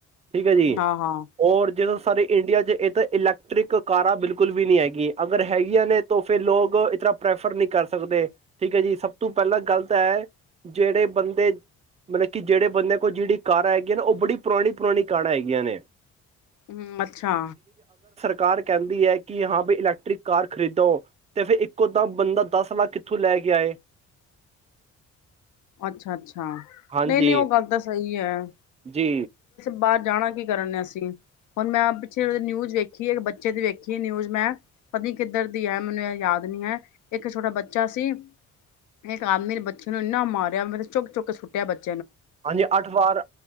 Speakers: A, on the right; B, on the left.
A: ਠੀਕ ਹੈ
B: ਹਾਂ
A: ਜੀ
B: ਹਾਂ
A: ਔਰ ਜਿਦੋਂ ਸਾਰੇ ਇੰਡੀਆ ਚ ਇਹ ਤਾਂ ਇਲੈਕਟ੍ਰਿਕ ਕਾਰਾਂ ਬਿਲਕੁਲ ਵੀ ਨਹੀਂ ਹੈਗੀਆਂ ਅਗਰ ਹੈਗੀਆਂ ਨੇ ਤਾਂ ਫੇਰ ਲੋਕ ਇਸ ਤਰ੍ਹਾਂ ਪ੍ਰੈਫਰ ਨਹੀਂ ਕਰ ਸਕਦੇ ਠੀਕ ਹੈ ਜੀ ਸਭ ਤੋਂ ਪਹਿਲਾਂ ਗੱਲ ਤਾਂ ਹੈ ਜਿਹੜੇ ਬੰਦੇ ਮਤਲਬ ਕਿ ਜਿਹੜੇ ਬੰਦਿਆਂ ਕੋਲ ਜਿਹੜੀ ਕਾਰਾਂ ਹੈਗੀਆਂ ਨੇ ਉਹ ਬੜੀ ਪੁਰਾਣੀ ਪੁਰਾਣੀ ਕਾਰਾਂ ਹੈਗੀਆਂ ਨੇ
B: ਹਮ ਅੱਛਾ।
A: ਕਾਰ ਕਹਿੰਦੀ ਹੈ ਕਿ ਹਾਂ ਬ ਇਲੈਕਟ੍ਰਿਕ ਕਾਰ ਖਰੀਦੋ ਤੇ ਫਿਰ ਇੱਕ ਤਾਂ ਬੰਦਾ ਦਸ ਲੱਖ ਕਿੱਥੋਂ ਲੈ ਕੇ ਆਏ।
B: ਅੱਛਾ ਅੱਛਾ
A: ਹਾਂਜੀ
B: ਨਹੀਂ ਨਹੀਂ ਉਹ ਗੱਲ ਤਾਂ ਸਹੀ। ਜਾਂ।
A: ਜੀ।
B: ਬਾਹਰ ਜਾਣਾ ਕੀ ਕਰਨ ਅਸੀਂ ਹੁਣ ਮੈਂ ਪਿੱਛੇ ਨਿਊਜ਼ ਵੇਖੀ ਇੱਕ ਬੱਚੇ ਦੀ ਵੇਖੀ ਨਿਊਜ ਮੈਂ ਪਤਨੀ ਕਿੱਧਰ ਦੀ ਹੈ ਮੈਨੂੰ ਇਹ ਯਾਦ ਨ ਹੈ ਇੱਕ ਛੋਟਾ ਬੱਚਾ ਸੀ ਇੱਕ ਆਦਮੀ ਬੱਚੇ ਨੂੰ ਇੰਨਾ ਮਾਰਿਆ ਮ ਚੁੱਕ ਚੁੱਕ ਸੁੱਟਿਆ ਬੱਚਾ
A: ਹਾਂਜੀ ਅੱਠ ਵਾਰ